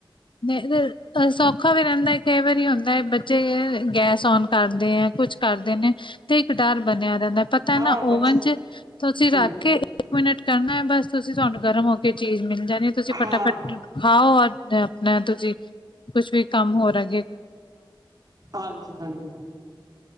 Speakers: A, on the left (about 75°); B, on the right (about 50°).
A: ਮੈਂ <unintelligible> ਸੌਖਾ ਵੀ ਰੇਂਦਾ ਏ ਕਈ ਵਾਰੀ ਹੁੰਦਾ ਏ, ਬੱਚੇ ਗੈਸ ਔਨ ਕਰਦੇ ਐ ਕੁੱਛ ਕਰਦੇ ਨੇ। ਤੇ ਇੱਕ ਡਰ ਬਣਿਆ ਰੇਂਦਾ। ਪਤਾ ਐ
B: ਹਾਂ
A: ਨਾ ਓਵਨ
B: ਬੱਚੇ
A: ਚ ਤੁਸੀਂ ਰੱਖ
B: ਹਾਂ
A: ਕੇ ਇੱਕ ਮਿੰਟ ਕਰਨਾ ਏ ਬਸ ਤੁਸੀਂ ਤੁਹਾਨੂੰ ਗਰਮ ਹੋ ਕੇ ਚੀਜ਼ ਮਿਲ ਜਾਣੀ, ਤੁਸੀਂ ਫਟਾਫਟ
B: ਹਾਂ
A: ਖਾਓ ਓਰ ਆਪਣਾ ਤੁਸੀਂ ਕੁੱਛ ਵੀ ਕੰਮ ਹੋ <unintelligible>
B: ਹਾਂਜੀ-ਹਾਂਜੀ ਮੈਮ।